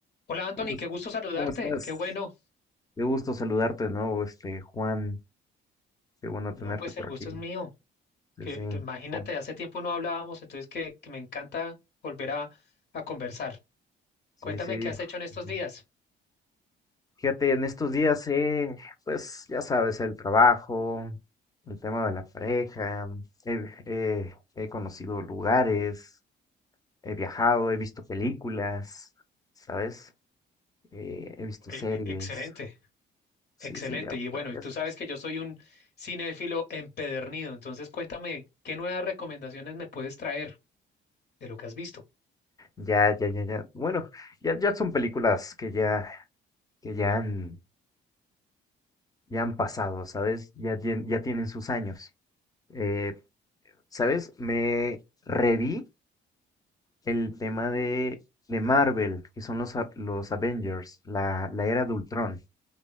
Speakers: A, on the left (about 55°); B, on the left (about 20°).
A: Hola Anthony,
B: ¿Cómo, es-
A: qué gusto saludarte,
B: cómo estás?
A: qué bueno.
B: Qué gusto saludarte de nuevo, este Juan. Qué bueno
A: No,
B: tenerte
A: pues
B: por
A: el gusto
B: aquí.
A: es mío.
B: Sí,
A: Que,
B: sí,
A: te- imagínate,
B: Com-
A: hace tiempo no hablábamos, entonces que, que me encanta volver a, a conversar.
B: sí,
A: Cuéntame
B: sí.
A: qué has hecho en estos
B: Ujú.
A: días.
B: Fíjate, en estos días, eh, pues ya sabes, el trabajo, el tema de la pareja, he, he- he conocido lugares, he viajado, he visto películas, ¿sabes? Eh, he visto
A: E-
B: series.
A: e- excelente,
B: Sí,
A: excelente.
B: sí, ya,
A: Y bueno,
B: ya
A: y tú
B: sabes.
A: sabes que yo soy un cinéfilo empedernido, entonces cuéntame qué nuevas recomendaciones me puedes traer de lo que has visto.
B: Ya, ya, ya, ya. Bueno, ya, ya son películas que ya, que ya han ya han pasado, ¿sabes? Ya, tien- ya tienen sus años. Eh, ¿sabes? Me reví el tema de, de Marvel, que son los, a- los Avengers, la, la era de Ultron.